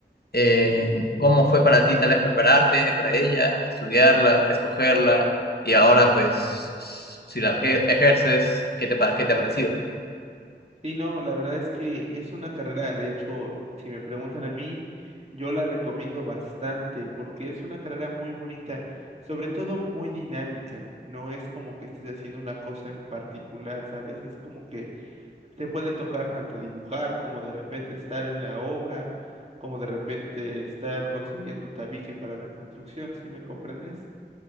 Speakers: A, on the left (about 60°); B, on the right (about 35°).
A: eh,
B: sí, sí, sí.
A: cómo fue para ti tal vez prepararte para ella, estudiarla, escogerla, y ahora pues si la ejer- ejerces, ¿qué te, pa- qué te ha parecido?
B: Sí, no, la verdad es que es una carrera, de hecho, si me preguntan a mí, yo la recomiendo bastante porque es una carrera muy bonita, sobre todo muy dinámica. No es como que estés haciendo una cosa en particular, ¿sabes? Es como que te puede tocar tanto dibujar como de repente estar en la obra, como de repente estar consiguiendo tabique para la construcción, ¿sí me comprendes?